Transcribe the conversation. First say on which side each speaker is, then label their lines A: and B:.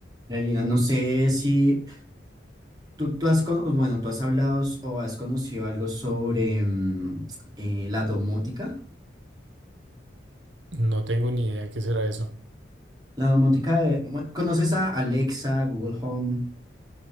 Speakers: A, on the right; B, on the right.
A: Karina, no sé si tú, tú has, con- bueno, tú has hablado s- o has conocido algo sobre mm, eh, la domótica.
B: No tengo ni idea qué será eso.
A: La domótica, de- bueno, ¿conoces a Alexa, Google Home?